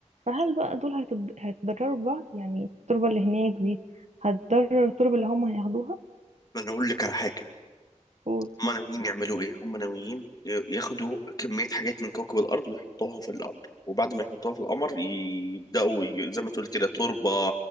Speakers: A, on the right; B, on the left.
A: فهل بقى دول هيتض- هيتضرروا ببعض يعني التربة اللي هناك دي هتضرر التربة اللي هم هياخدوها
B: ما انا اقول لك على حاجه
A: و...
B: هم ناويين يعملوا ايه هم ناويين ي- ياخدوا كمية حاجات من كوكب الارض ويحطوها في القمر وبعد ما يحطوها في القمر يبدأوا ي- زي ما تقول كده تربة